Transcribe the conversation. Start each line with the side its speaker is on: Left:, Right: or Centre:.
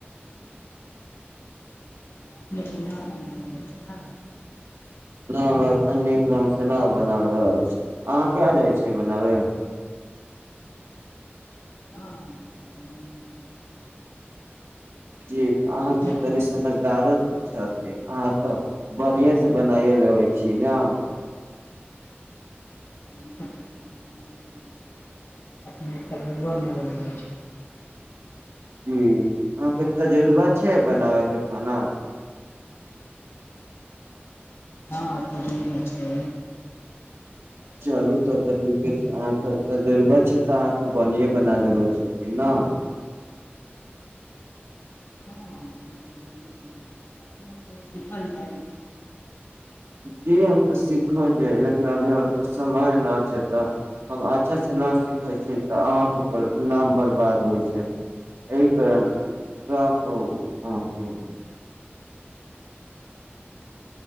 Left: अपने से ना बनाबल होय छै ना
Right: न हमरा नीक ढंग से न बनाबै आबै छै अहाँ कऽ आ जाइ छियै बनाबे <inaudible>
Left: हँ बनाबै छै
Right: जी अहाँके
Left: अपने
Right: तनि समझदारो छथिन अहाँ तऽ बढ़िए से बनाइयो लेबै छी न
Left: तऽ किछु बनाइए लै छै <unintelligible> नहि बनबै छै
Right: जी अहाँके तजुर्बा छै बनाबयके खाना <inaudible>
Left: हा तजुर्बा छै
Right: चलू तब तऽ नीके छै अहाँ तऽ जरूरत छै तऽ अहाँ तऽ बढ़िये बना लेबै छथिन ने <inaudible>
Left: हम तऽ बढ़िए बनाबै छी सीखल जाइ
Right: जी हम तऽ सीखल जाइ लेकिन अभी हमरा समय न छै तऽ हम अच्छा से ना सीखै छी तऽ अहाँके नाम बर्बाद होइ छै एहि करण